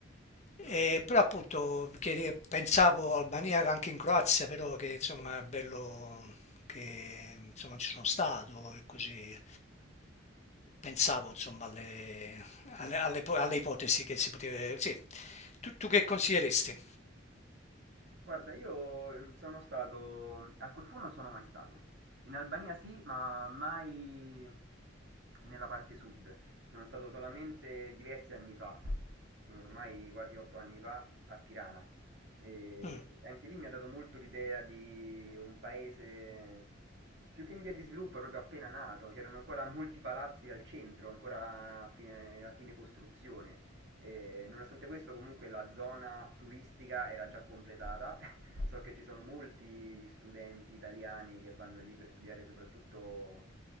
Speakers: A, on the left; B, on the right.
A: E
B: non capivo.
A: però appunto che ri- pensavo Albania anche in Croazia, però che insomma è bello che insomma non ci sono stato e così pensavo insomma alle, alle, alle, alle ipotesi che si poteva... Sì, tu, tu che consiglieresti?
B: Guarda, io ehm, sono stato... a Corfù non sono mai stato. In Albania sì, ma mai... nella parte sud. Sono stato solamente diversi anni fa, ormai quasi otto anni fa, a Tirana. E
A: Mm,
B: anche lì mi ha dato molto l'idea di un paese più che in via di sviluppo, proprio appena nato. C'erano ancora molti palazzi al centro, ancora a fine, a fine costruzione. E nonostante questo, comunque la zona turistica era già completata. <laughs> So che ci sono molti studenti italiani che vanno lì per studiare soprattutto